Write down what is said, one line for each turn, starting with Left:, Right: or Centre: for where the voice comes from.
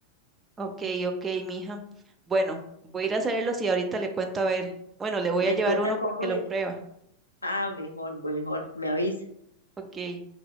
Right: Ok, ok, mija. Bueno, voy a ir a hacerlos y ahorita le cuento a ver. Bueno, le voy
Left: Me
Right: a llevar
Left: cuenta
Right: uno
Left: cómo
Right: para que
Left: le...
Right: lo prueba.
Left: Ah, mejor, mejor, me avisa.
Right: Ok,